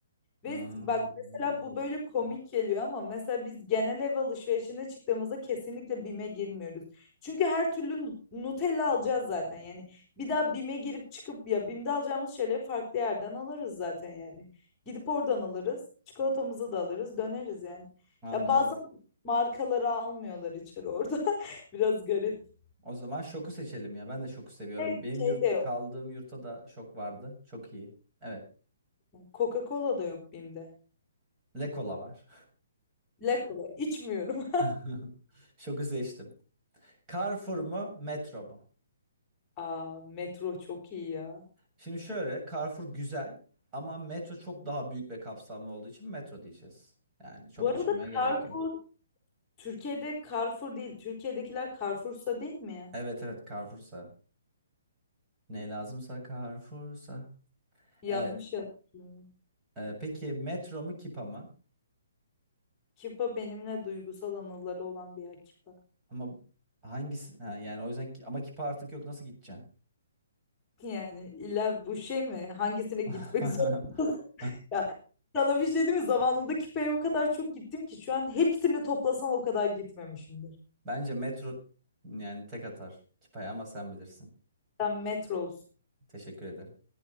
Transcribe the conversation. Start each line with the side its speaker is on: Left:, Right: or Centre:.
Right: Hmm.
Left: Ve bak mesela bu böyle komik geliyor ama mesela biz genel ev alışverişine çıktığımızda kesinlikle BİM'e girmiyoruz. Çünkü her türlü nu- Nutella alacağız zaten yani. Bir daha BİM'e girip çıkıp ya BİM'de alacağımız şeyleri farklı yerden alırız zaten yani. Gidip oradan alırız. Çikolatamızı da alırız, döneriz yani.
Right: Anladım.
Left: Ya bazı markaları almıyorlar içeri orada. <laughs> Biraz garip.
Right: O zaman şoku seçelim ya. Ben de şoku seviyorum.
Left: Ve
Right: Benim
Left: Şey
Right: yurt
Left: de yok.
Right: kaldığım yurtta da şok vardı. Çok iyi. Evet.
Left: Coca-Cola da yok BİM'de.
Right: Lekola var.
Left: La Cola içmiyorum.
Right: <laughs> Şoku seçtim. Carrefour mu, metro mu?
Left: <laughs> Aa, metro çok iyi ya.
Right: Şimdi şöyle Carrefour güzel ama metro çok daha büyük ve kapsamlı olduğu için metro diyeceğiz. Yani çok
Left: Bu arada
Right: düşünmeye gerek
Left: Carrefour
Right: yok.
Left: Türkiye'de Carrefour değil. Türkiye'dekiler Carrefour'sa değil mi ya?
Right: Evet evet Carrefour'sa. Ne lazımsa Carrefour'sa.
Left: Yanlış
Right: Evet.
Left: yazıyorum.
Right: Ee, peki metro mu Kipa mı?
Left: Kipa benimle duygusal anıları olan bir yer Kipa. <laughs>
Right: Ama hangisi? Ha, yani o yüzden ki- ama Kipa artık yok nasıl gideceksin?
Left: Yani illa bu şey mi? Hangisine gitmek
Right: <laughs>
Left: <laughs> zorundasın ya? Sana bir şey değil mi? Zamanında Kipa'ya o kadar çok gittim ki şu an hepsini toplasan o kadar gitmemişimdir.
Right: Bence metro yani tek atar Kipa'ya ama sen bilirsin.
Left: Sen Metros.
Right: Teşekkür ederim.